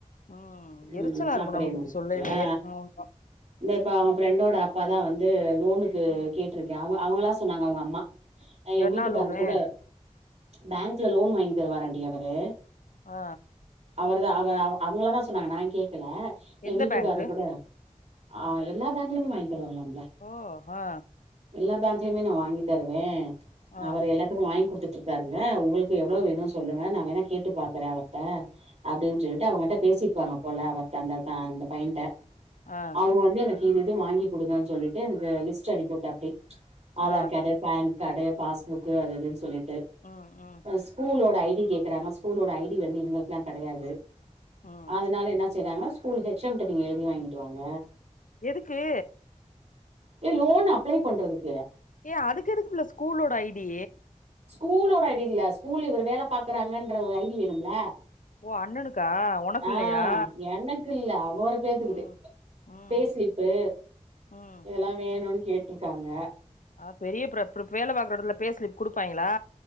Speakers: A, on the left; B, on the right.
A: ம்
B: உ
A: எரிச்சலா இருக்கு
B: அப்டின்ன
A: நமக்கு இப்டி சொல்லைலயே
B: ஆ
A: ஆமா
B: இந்த இப்ப அவங்க ஃப்ரெண்டோட அப் ப்பாதா வந்து வெல் லோனுக்கு
A: ம்
B: கேட்ருக்கே ஆவ அவ்ங்களா சொன்னாங்க அவ்ங்க அம்மா எ
A: என்ன
B: வீட்டுக்காரர்
A: லோனு
B: கூட பேங்க் த்ல லோன் வாங்கி தருவாராண்டி அவரு
A: ஆ
B: அவர் தா அவ அவ அவ்ங்கள தா சொன்னாங்கா நா கே க்கல
A: எந்த
B: எ வீட்டுக்கார
A: பேங்க்கு
B: கூட ஆ எல்லா பேங்லமே வாங் தருவங்லாம்ப்ள
A: ஓ ஆ
B: எல்லா பேங்க் இதுலயுமே நா வாங்கி தருவே
A: ஆ
B: அவர் எல்லாத்துக்கு வாங்கி குடுத்துட் த்துருக்காருங்க அவ்ங்க ளுக்கு எவ்ளோ
A: ஆ
B: வேணு சொல்லங்க நா வேனா கேட்டு பாக்கறே அவர்ட்ட அப்டின்னு சொல்லிட்டு அவங் கிட்ட பேசி இருப்பாங்க போல அவர் தந்த அந்த பையன்ட்ட
A: ஆ
B: அவுங்க வந்து எனக்கு இப் இது இது வாங்கி குடுங்க சொல்லிட்டுக்கு அந்த லிஸ்ட் அனுப்பிவிட்டாப்படி ஆதார்
A: ஆ
B: காடு பேன் கடைய பாஸ்புக் அது இதுன்னு சொல்லிட் டு
A: ம் ம்
B: ஸ்கூலோட ஐ இப்டி கேக்குறாங்க ஸ்கூலோட ஐ டி வந்து எங்களுக்கெல்லா கெடையாது
A: ம்
B: அதனால என்ன செய்றாங்கனா ஸ்கூல் ஹெச் எம் ட்ட நீங்க எழுதி வாங்கிட்டு வாங்க
A: எதுக்கு
B: ஏ லோன் அப்ளை பண்றதுக்
A: ஏ அதுக்கு எதுக்கு புள்ள ஸ்கூலோட ஐ டி
B: கூலோட ஐ டி இல்ல ஸ்கூல்ல இவர் வேல பாக்குறாங்கன்ற ஒரு ஐ டி வேணும்ல
A: ஓ அண்ணனுக்கா உனக்கு
B: ஆ
A: இல்லையா
B: எனக்கு இல்ல அவற பேத்துக்குது
A: ம் ம்
B: பே சிலிப்பு
A: ம்
B: இதெல்லா வேணுனு கேட் இருக்காங்க
A: ஆ பெரிய பிரிப் பிரிப் வேல பாக்கற எடத்துல பே ஸ்லிப் குடுப்பாங்களா